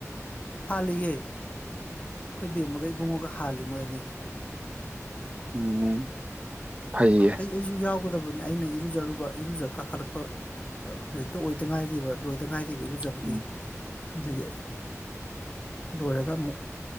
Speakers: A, on the left; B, on the right.
A: ꯍꯥꯜꯂꯤꯌꯦ ꯑꯩꯈꯣꯏꯕꯦꯝꯃꯒ ꯏꯕꯨꯡꯉꯣꯒ ꯍꯥꯜꯂꯤ ꯃꯣꯏ ꯑꯅꯤ
B: ꯎꯝ ꯐꯩꯌꯦ
A: ꯑꯩ ꯑꯩꯁꯨ ꯌꯥꯎꯒꯗꯕꯅꯦ ꯑꯩꯅ ꯏꯔꯨꯖꯔꯨꯕ ꯏꯔꯨꯖ ꯀꯥꯈꯠꯂꯛꯄ ꯍꯧꯖꯤꯛꯇ ꯑꯣꯏꯗ ꯉꯥꯏꯔꯤꯕ ꯂꯣꯏꯗ ꯉꯥꯏꯔꯤꯕ ꯏꯔꯨꯖꯕꯒꯤ
B: ꯎꯝ
A: ꯑꯗꯒꯤ ꯂꯣꯏꯔꯒ ꯑꯃꯨꯛ